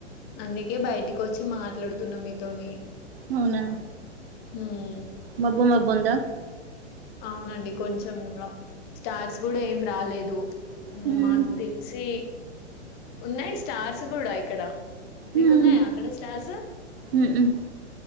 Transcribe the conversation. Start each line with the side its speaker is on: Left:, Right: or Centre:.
Left: అందుకే బయటికొచ్చి మాట్లాడుతున్నా మీతోని
Right: అవునా
Left: ఉమ్
Right: మబ్బు మబ్బు ఉందా
Left: అవునండి కొంచెం ఇంగా స్టార్స్ కూడా ఏం రాలేదు
Right: మ్మ్
Left: మాక్ దెలిసి ఉన్నాయి స్టార్స్ గూడా ఇక్కడ మీకున్నాయా
Right: మ్మ్
Left: అక్కడ స్టార్స్
Right: మ్మ్